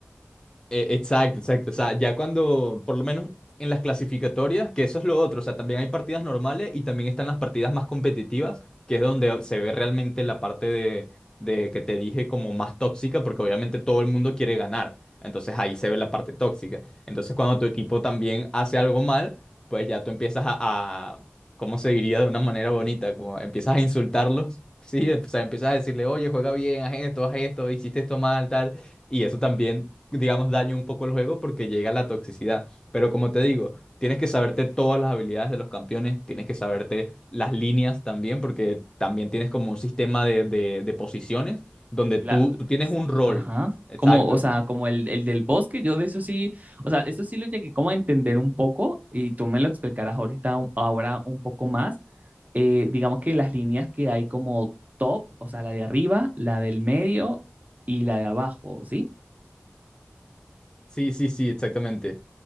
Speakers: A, on the left; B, on the right.
A: Eh, Exacto, exacto. O sea, ya cuando, por lo menos en las clasificatorias, que eso es lo otro, o sea, también hay partidas normales y también están las partidas más competitivas, que es donde se ve realmente la parte de, de que te dije como más tóxica, porque obviamente todo el mundo quiere ganar. Entonces ahí se ve la parte tóxica. Entonces cuando tu equipo también hace algo mal, pues ya tú empiezas a, a- ¿cómo se diría de una manera bonita? Como empiezas a insultarlos, <laughs> ¿sí? O sea, empiezas a decirle, oye, juega bien, haz esto, haz esto, hiciste esto mal, tal. Y eso también, digamos, daña un poco el juego porque llega la toxicidad. Pero como te digo, tienes que saberte todas las habilidades de los campeones, tienes que saberte las líneas también, porque también tienes como un sistema de, de- de posiciones donde
B: La-
A: tú, tú tienes un rol.
B: ajá.
A: Exacto.
B: Como, o sea, como el, el del bosque, yo de eso sí, o sea, eso sí lo llegué como a entender un poco y tú me lo explicarás ahorita, un- ahora un poco más. Eh, digamos que las líneas que hay como top, o sea, la de arriba, la del medio y la de abajo, ¿sí?
A: Sí, sí, sí, exactamente.